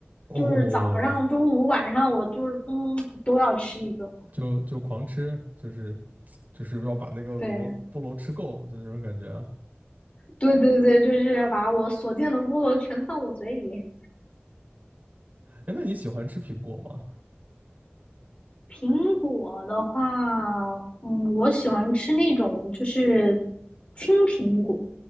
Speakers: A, on the right; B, on the left.
A: 哦，
B: 就是早上、中午、晚上，我就是嗯都要吃一个。
A: 就就狂吃，就是就是要把那个萝菠萝吃够，
B: 对，
A: 就那种感觉啊。
B: 对对对，就是要把我所见的菠萝全放我嘴里。
A: 哎，那你喜欢吃苹果吗？
B: 苹果的话，嗯，我喜欢吃那种就是青苹果，